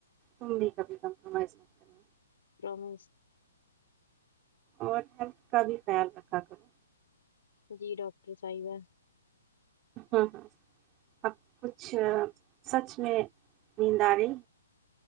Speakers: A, on the right; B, on the left.
A: تم بھی کبھی کمپرومائز کرنا
B: رمیش
A: اور ہیلتھ کا بھی خیال رکھا کرو
B: جی ڈاکٹر صاحب ہے
A: ہ ہ اب کچھ سچ میں نیند آ رہی